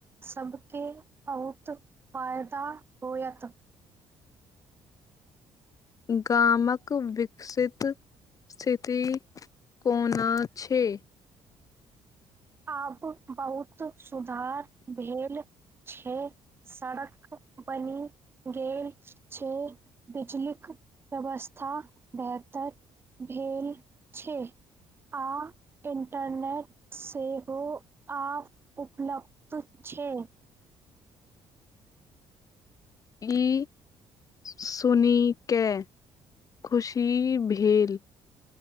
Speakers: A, on the right; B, on the left.
A: सबबके बहुत फायदा होयत।
B: गामक विकसित स्थिति कोना छै।
A: आब बहुत सुधार भेल छै सड़क बनि गेल छै बिजलीक व्यवस्था बेहतर भेल छै। आ इन्टरनेट सेहो आ उपलब्ध छै।
B: ई सुने खुशी भेल।